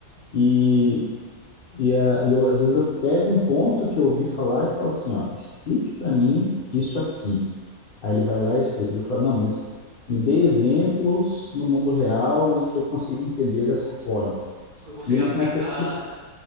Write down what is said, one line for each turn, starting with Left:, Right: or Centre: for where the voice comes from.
Left: E, e, ah, e eu, às vezes eu pego um ponto que eu ouvi falar e falo assim, ó, explique para mim isso aqui. Aí ele vai lá e explica. Daí Eu falo, não, mas me dê exemplos no mundo real e que eu consiga entender dessa forma.
Right: que Eu consigo
Left: E ele
Right: aplicar,
Left: começa a explicar
Right: né?